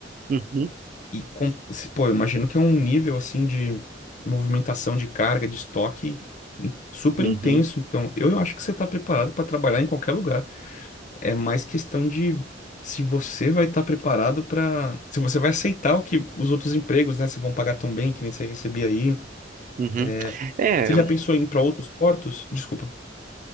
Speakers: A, on the right (about 45°); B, on the left (about 45°).
A: Uhum,
B: E, com- pô, eu imagino que é um nível, assim, de movimentação de carga, de estoque hum, super
A: uhum,
B: intenso. Então, eu acho que você está preparado para trabalhar em qualquer lugar. É mais questão de se você vai estar preparado para... Se você vai aceitar o que os outros empregos, né? Se vão pagar tão bem, que nem você recebia aí.
A: uhum.
B: É,
A: É,
B: Você
A: é,
B: já pensou em ir para outros portos? Desculpa,